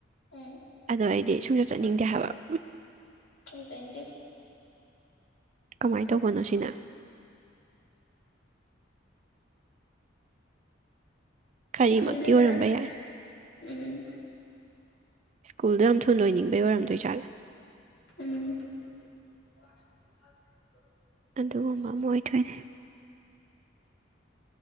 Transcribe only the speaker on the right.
ꯑꯗꯣ ꯑꯩꯗꯤ ꯁꯨꯡꯆꯠ ꯆꯠꯅꯤꯡꯗꯦ ꯍꯥꯏꯕ ꯎꯞ
ꯀꯃꯥꯏꯅ ꯇꯧꯕꯅꯣ ꯁꯤꯅ ꯀꯔꯤꯃꯛꯇꯤ
ꯑꯣꯏꯔꯝꯕ
ꯌꯥꯏ
ꯁ꯭ꯀꯨꯜꯗ ꯌꯥꯝ ꯊꯨ ꯂꫭꯏꯅꯤꯡꯕꯩ ꯑꯣꯏꯔꯗꯣꯏ ꯖꯥꯠ
ꯑꯗꯨꯒꯨꯝꯕ ꯑꯃ ꯑꯣꯏꯗꯣꯏꯅꯦ